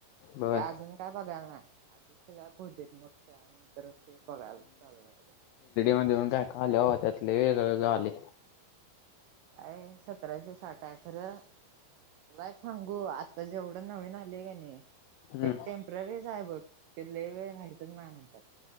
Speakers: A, on the left (about 85°); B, on the right (about 85°).
A: बर
B: ते अजून काय बघायला नाही आधी सल्याप होऊदेत मग त्या नंतर ते बघायला चाल करायचं हाय.
A: जेवण काय खाल्यावर त्यातले वेग वगं आले.
B: काय सतराशे साठ हाय खरं. तुला एक सांगू आत्ता जेवढं नवीन आलेय का नाही.
A: हम्म
B: ते टेम्परीच आहे बघ ते लई वेळ राहतच नाही म्हणतात.